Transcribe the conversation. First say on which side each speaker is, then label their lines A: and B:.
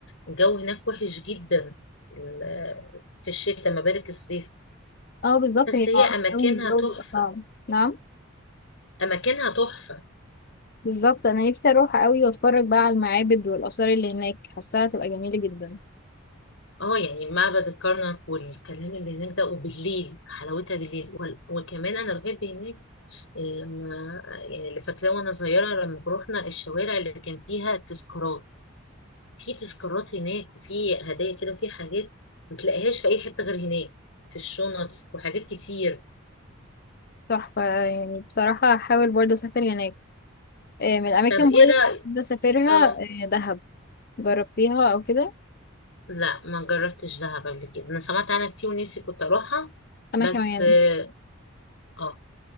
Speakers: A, on the left; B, on the left.
A: الجو هناك وحش جدا في ال- في الشتاء ما بالك الصيف
B: اه بالظبط
A: بس
B: هي
A: هي
B: معروفة
A: اماكنها
B: قوي ان الجو
A: تحفه
B: بيبقى صعب نعم
A: اماكنها تحفه
B: بالظبط انا نفسي اروح قوي واتفرج بقى على المعابد والاثار اللي هناك حاساها تبقى جميلة جدا
A: اه يعني معبد الكرنك والكلام اللي هناك ده وبالليل حلاوتها بالليل وال- وكمان انا بحب هناك لما يعني اللي فاكراه وانا صغيره لما بروحنا الشوارع اللي كان فيها تذكارات في تذكارات هناك وفي هدايا كده وفي حاجات ما تلاقيهاش في اي حته غير هناك في الشنط وحاجات كتير
B: تحفة يعني بصراحة هحاول برضه اسافر هناك آه، من الاماكن
A: طب ايه
B: برضه اللي
A: رايك
B: بحب اسافرها
A: اه
B: آه، دهب جربتيها او كده
A: لا ما جربتش دهب قبل كده انا سمعت عنها كتير ونفسي كنت اروحها
B: انا
A: بس
B: كمان
A: اه آه.